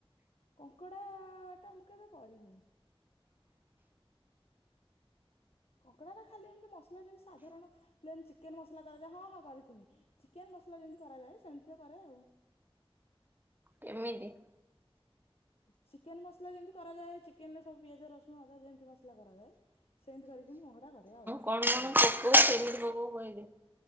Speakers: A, on the left; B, on the right.
A: କଙ୍କଡ଼ାଟା ମୁଁ କେବେ କରିନି। କଙ୍କଡ଼ାଟା ଖାଲି ଏମିତି ମସଲା ଯେମିତି ସାଧାରଣ ପ୍ଲେନ୍ ଚିକେନେ ମସଲା କରାଯାଏ ହଁ ହଁ କରିଥିନି। ଚିକେନ ମସଲା ଯେମିତି କରାଯାଏ ସେମିତି ତ କରେ ଆଉ।
B: କେମିତି।
A: ଚିକେନ୍ ମସଲା ଯେମିତି କରାଯାଏ ଚିକେନ୍ ରେ ସବୁ ପିଆଜ ରସୁଣ ଅଦା ଯେମିତି ମସଲା କରାଯାଏ। ସେମତି କରିକି ମୁଁ କଙ୍କଡା କରେ ଆଉ କଙ୍କଡା
B: କଣ
A: ଛଡାଯାଏ
B: କଣ ପକଉ
A: ଆଉ।
B: କେମିତି ପକଉ କହିଦେ